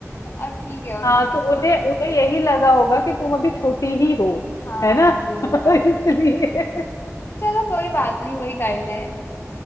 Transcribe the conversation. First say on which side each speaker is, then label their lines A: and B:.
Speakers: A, on the left; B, on the left.
A: अब ठीक है उनका
B: हाँ तो उन्हें उन्हें यही लगा होगा कि तुम अभी छोटी ही हो
A: हाँ
B: है ना
A: जी होगा
B: <laughs> इसलिए
A: चलो कोई बात नहीं वही कर लें